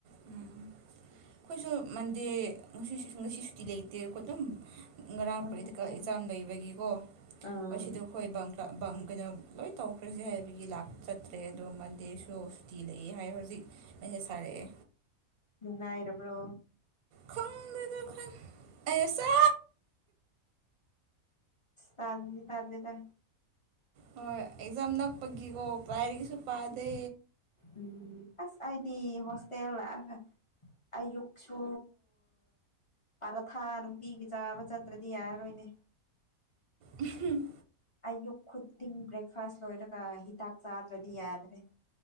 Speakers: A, on the right; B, on the left.
A: ꯎꯝ ꯑꯩꯈꯣꯏꯁꯨ ꯃꯟꯗꯦ ꯉꯁꯤ ꯉꯁꯤ ꯁꯨꯇꯤ ꯂꯩꯇꯦꯣ ꯑꯗꯨꯝ ꯉꯔꯥꯡ
B: ꯑꯣ
A: ꯄ꯭ꯔꯦꯛꯇꯤꯀꯦꯜ
B: ꯑꯣ
A: ꯑꯦꯛꯖꯥꯝ ꯂꯩꯕꯒꯤꯀꯣ
B: ꯑꯥ
A: ꯉꯁꯤꯗ ꯍꯣꯏ ꯕꯕ ꯀꯩꯅꯣ ꯂꯣꯏ ꯇꯧꯈ꯭ꯔꯁꯦ ꯍꯥꯏꯕꯒꯤ ꯂꯥꯛꯆꯠꯇ꯭ꯔꯦ ꯑꯗꯣ ꯃꯟꯗꯦꯁꯨ ꯇ ꯇꯤ ꯂꯩ ꯍꯥꯏ ꯍꯧꯖꯤꯛ ꯑꯩꯁꯦꯁ ꯊꯥꯔꯛꯑꯦ
B: ꯅꯨꯡꯉꯥꯏꯔꯕ꯭ꯔꯣ
A: ꯈꯣꯡꯗꯗ ꯈꯥꯟ ꯑꯦꯁꯥ
B: ꯇꯥꯟ ꯇꯂꯤꯗ
A: ꯍꯣꯏ ꯑꯦꯛꯖꯥꯝ ꯅꯛꯄꯒꯤꯀꯣ ꯄꯥꯏꯔꯤꯛꯁꯨ ꯄꯥꯗꯦ
B: ꯎꯝ ꯑꯁ ꯑꯩꯗꯤ ꯍꯣꯁꯇꯦꯜ ꯂꯥꯛꯑꯒ ꯑꯌꯨꯛꯁꯨ ꯄꯥꯔꯥꯊꯥ ꯅꯨꯡꯇꯤꯒꯤ ꯆꯥꯕ ꯆꯠꯇ꯭ꯔꯗꯤ ꯌꯥꯔꯔꯣꯏꯅꯦ
A: ꯎꯍꯨꯃ
B: ꯑꯌꯨꯛ ꯈꯨꯗꯤꯡ ꯕ꯭ꯔꯦꯛꯐꯥꯁ ꯂꯣꯏꯔꯒ ꯍꯤꯗꯥꯛ ꯆꯥꯗ꯭ꯔꯗꯤ ꯌꯥꯗ꯭ꯔꯦ